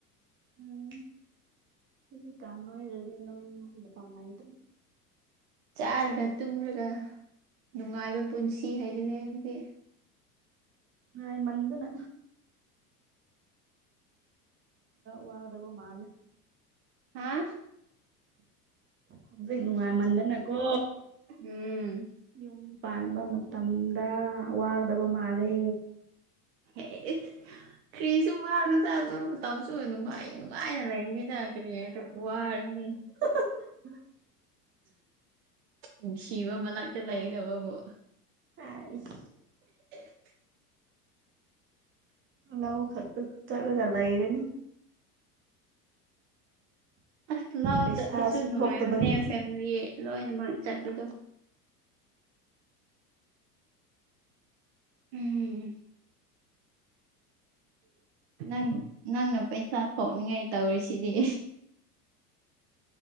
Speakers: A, on the right; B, on the right.
A: ꯎꯝ ꯍꯧꯖꯤꯀꯥꯟ ꯅꯣꯢꯔꯗꯤ ꯅꯣꯏ ꯃꯇꯝ ꯂꯩꯇ꯭ꯔꯦ
B: ꯆꯥꯔꯒ ꯇꯨꯝꯃꯒ ꯅꯨꯡꯉꯥꯏꯕ ꯄꯨꯟꯁꯤ ꯍꯥꯏꯗꯨꯅꯦ ꯑꯗꯨꯗꯤ
A: ꯅꯨꯡꯉꯥꯏꯃꯟꯗꯅ ꯋꯥꯒꯗꯕ ꯃꯥꯜꯂꯦ
B: ꯍꯥꯥ
A: ꯍꯧꯖꯤꯛ ꯅꯨꯡꯉꯥꯏꯃꯟꯗꯅꯀꯣ
B: ꯎꯝ
A: ꯌꯨꯝ ꯄꯥꯟꯕ ꯃꯇꯝꯗ ꯋꯥꯒꯗꯕ ꯃꯥꯜꯂꯦ
B: ꯍꯦ ꯀꯔꯤꯁꯨ ꯋꯥꯒꯅꯨꯗ ꯑꯗꯨ ꯃꯇꯝ ꯅꯨꯡꯉꯥꯏꯅ ꯅꯨꯡꯉꯥꯏꯅ ꯂꯩꯒꯅꯤꯗ ꯀꯔꯤꯒꯤ ꯑꯗꯨꯛ ꯋꯥꯔꯨꯅꯤ
A: <inaudible>
B: ꯅꯨꯁꯤꯕ ꯃꯅꯥꯛꯇ ꯂꯩꯔꯒꯕꯨ
A: ꯑꯥꯏꯁ
B: <inaudible>
A: ꯂꯧꯈꯛꯇ ꯆꯥꯠꯂꯒ ꯂꯩꯔꯅꯤ
B: ꯑꯁ ꯂꯧ
A: ꯄꯩꯁꯥꯁꯨ
B: ꯆꯥꯠꯄꯁꯨ ꯅꯨꯡꯉꯥꯏꯕꯅꯦ
A: ꯊꯣꯛꯇꯕꯅꯤꯅ
B: ꯐꯦꯝꯂꯤ ꯂꯣꯏꯅꯃꯛ ꯆꯠꯄꯗꯣ ꯎꯝ ꯅꯪ ꯅꯪꯅ ꯄꯩꯁꯥ ꯊꯣꯛꯅꯤꯡꯉꯥꯏ ꯇꯧꯔꯤꯁꯤꯗꯤ